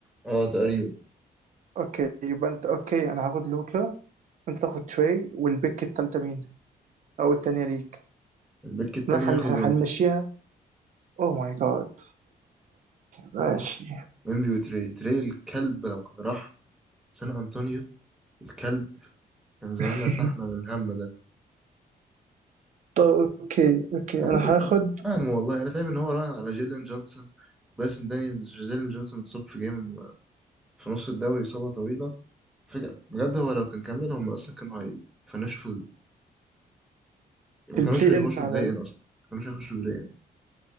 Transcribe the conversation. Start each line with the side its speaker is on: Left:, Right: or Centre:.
Centre: اه تقريبا
Right: اوكي يبقى انت اوكي انا هاخد لوكا وانت تاخد تري والبيك التالتة مين او التانية ليك
Centre: البيك التاني
Right: نروح
Centre: هياخد
Right: هن- هنمشيها
Centre: ويمبي
Right: اوه ماي جاد ماشي
Centre: ويمبي وتري تري الكلب لو كان راح سان أنطونيو الكلب كان زماننا
Right: <laughs>
Centre: ارتحنا من الهم ده
Right: طب اوكي اوكي
Centre: أنا
Right: انا
Centre: مدرك
Right: هاخد
Centre: أنا مش فاهم والله أنا فاهم إن هو راهن على جيلين جونسون دايسون دانيالز جيلين جونسون اتصاب في جيم في نص الدوري إصابة طويلة فكرة بجد هو لو كان كمل هم أصلا كانوا هيفنشوا ما كانوش
Right: البلاي
Centre: هيخشوا
Right: ان على
Centre: بلاي
Right: ال-
Centre: ان اصلا ما كانوش هيخشوا بلاي ان